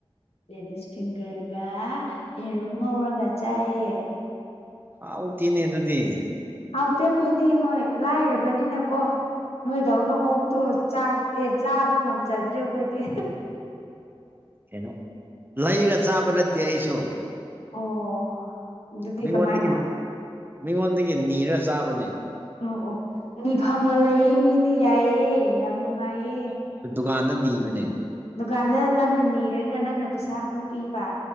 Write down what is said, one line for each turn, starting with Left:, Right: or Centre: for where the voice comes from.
Left: ꯂꯦꯗꯤꯁ ꯐꯤꯡꯒꯔꯒ ꯌꯦꯔꯨꯝ ꯉꯧꯔꯒ ꯆꯥꯏꯑ
Right: ꯍꯥꯎꯥꯎ ꯊꯤꯅꯦ ꯑꯗꯨꯗꯤ
Left: ꯍꯥꯎꯇꯦ ꯑꯩꯈꯣꯏꯗꯤ ꯍꯣꯏ ꯂꯥꯏꯔꯕꯅꯤꯅꯀꯣ ꯅꯣꯏꯗꯧꯅ ꯑꯣꯛꯇꯣꯥꯛ ꯑꯦ ꯆꯥꯕ ꯉꯝꯖꯗ꯭ꯔꯦ ꯑꯩꯈꯣꯏꯗꯤ
Right: ꯀꯩꯅꯣ ꯂꯩꯒ ꯆꯥꯕ ꯅꯠꯇꯦ ꯑꯩꯁꯨ
Left: ꯑꯣ ꯑꯗꯨꯗꯤ
Right: ꯃꯤꯉꯣꯟꯗꯒꯤ
Left: ꯀꯃꯥꯏꯅ
Right: ꯃꯤꯉꯣꯟꯗꯒꯤ ꯅꯤꯔ ꯆꯥꯕꯅꯦ
Left: ꯑꯣ ꯑꯣ ꯅꯤꯐꯝꯒ ꯂꯩꯌꯦ ꯃꯤꯗꯤ ꯌꯥꯏꯑꯦ ꯌꯥꯝ ꯅꯨꯡꯉꯥꯏꯌꯦ
Right: ꯀꯥꯟꯗ ꯅꯅꯤꯕꯅꯦ
Left: ꯗꯨꯀꯥꯟꯗ ꯅꯪꯅ ꯅꯤꯔꯒ ꯅꯪꯅ ꯄꯩꯁꯥ ꯑꯃꯨꯛ ꯄꯤꯕ